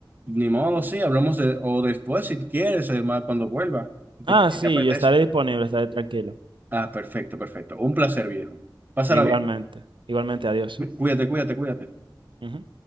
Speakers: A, on the right; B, on the right.
A: Ni modo, sí, hablamos de, o después si quieres, además, cuando vuelva, si te,
B: Ah,
A: si
B: sí,
A: te apetece.
B: yo estaré disponible, estaré tranquilo.
A: Ah, perfecto, perfecto. Un placer, viejo. Pásala
B: Igualmente, igualmente, adiós.
A: bien. Cuídate, cuídate, cuídate.
B: Ujú.